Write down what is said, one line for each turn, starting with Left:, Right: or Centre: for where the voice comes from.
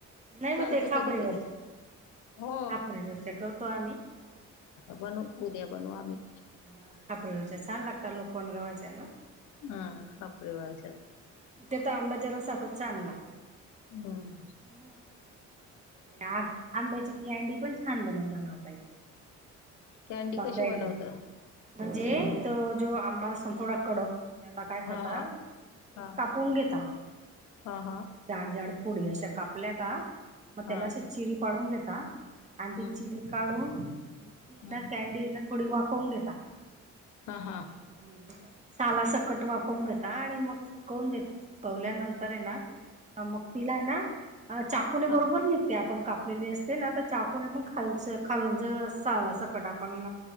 Right: नाही मग
Left: चालत
Right: ते खापरीवरचे
Left: कधी कधी हो
Right: खापरीवरचे करतो आम्ही
Left: आता बनू उद्या बनू आम्ही
Right: हा छान लागतात लोकवाण गव्हाचा ना
Left: हा खापरे वार
Right: त्या तर आंबाच्या रसात च छान लागतना
Left: हम्म
Right: या आंबे चिकली अंडी पण <unintelligible> छान बनवता ना ताई.
Left: कॅंडी
Right: आंबा
Left: कशी
Right: कँडी
Left: बनवता.
Right: म्हणजे तो जो आंबा असतो ना थोडा कडक. त्याला काय
Left: हा
Right: करता
Left: हा
Right: ते
Left: हा
Right: कापून घेता
Left: हा हा
Right: झाडजाड फोडी अशा. कापल्या का. मग
Left: हा
Right: त्यला अशी चिरी पाडून घेत. का. आधी
Left: हम्म
Right: चिरी काढून मग ती
Left: हम्म
Right: ना कॅंडी ना. थोडी वाफवून घेता.
Left: हा हा
Right: हम्म. साला सकट वापवून घेता आणि मग. सुकवून देत सुकवल्यानंन. खरे ना. हा मग तिलाय ना आ चाकुने बरोबर.
Left: हा
Right: ते आपण कापलेली अस. ते ना आता चाकून पण खालच खालून जल अस. कडा आपण